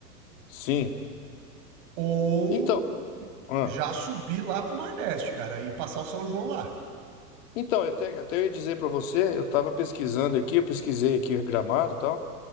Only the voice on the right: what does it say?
Ou
já subir lá pro Nordeste, cara, e passar o São João lá.